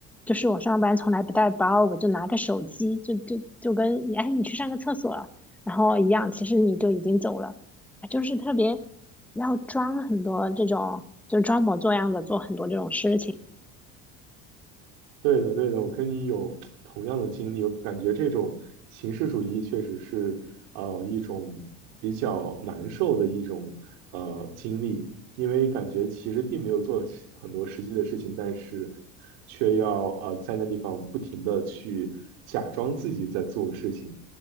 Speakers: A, in the centre; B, on the right.
A: 就是我上班从来不带包，我就拿个手机，就就就跟你，哎，你去上个厕所了然后一样，其实你就已经走了，哎就是特别要装很多这种，就装模作样的做很多这种事情。
B: 对的，对的，我跟你有同样的经历，我感觉这种形式主义确实是呃一种比较难受的一种呃经历，因为感觉其实并没有做实很多实际的事情，但是却要呃在那地方不停的去假装自己在做事情。